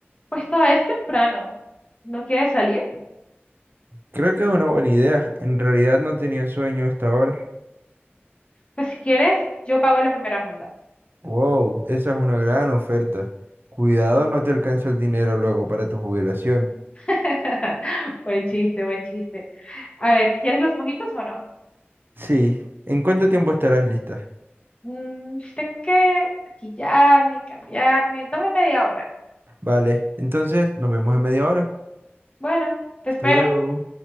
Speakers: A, on the left; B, on the right.
A: pues todavía es temprano. ¿No quieres salir?
B: Creo que es una buena idea. En realidad no tenía sueño hasta ahora.
A: Pues si quieres, yo pago la primera ronda.
B: Wow, esa es una gran oferta. Cuidado, no te alcanza el dinero luego para tu jubilación.
A: <laughs> Buen chiste, buen chiste. A ver, ¿quieres los mojitos o no?
B: Sí, ¿en cuánto tiempo estarás lista?
A: Mm, tengo que maquillarme y cambiarme. Dame media hora.
B: Vale, entonces nos vemos en media hora.
A: Bueno, te
B: Hasta
A: espero.
B: luego.